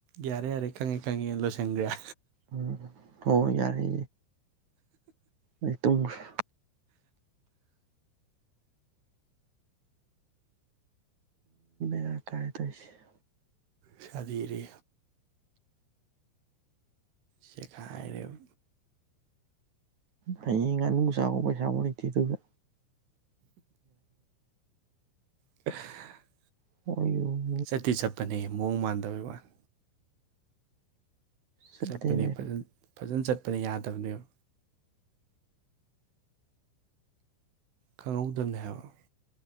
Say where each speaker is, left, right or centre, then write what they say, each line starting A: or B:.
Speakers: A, on the right; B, on the right.
A: ꯌꯥꯔꯦ ꯌꯥꯔꯦ ꯈꯪꯉꯦ ꯈꯪꯉꯦꯅ ꯂꯣꯏꯁꯟꯒ꯭ꯔꯤꯔꯥ
B: ꯎꯝ ꯍꯣ ꯌꯥꯔꯦ ꯑꯩ ꯇꯨꯝꯈ꯭ꯔꯦ <unintelligible>
A: ꯆꯗꯤꯔꯤ ꯁꯦꯈꯥꯏꯔꯦꯕꯥ
B: ꯍꯌꯦꯡ ꯉꯥꯅꯨ ꯆꯥꯕ ꯄꯩꯁꯥꯐꯥꯎ ꯂꯩꯇꯦ ꯑꯗꯨꯒ
A: <inaudible>
B: <unintelligible>
A: ꯆꯠꯇꯤ ꯆꯠꯄꯅꯦ ꯃꯑꯣꯡ ꯃꯥꯟꯗꯕꯩ ꯋꯥꯅꯤ
B: ꯆꯠꯂꯦꯃꯦ
A: ꯆꯠꯄꯅꯦ ꯐꯖꯅ ꯆꯠꯄꯅꯦ ꯌꯥꯗꯕꯅꯦꯕ ꯈꯪꯍꯧꯗꯕꯅꯦ ꯍꯥꯏꯕ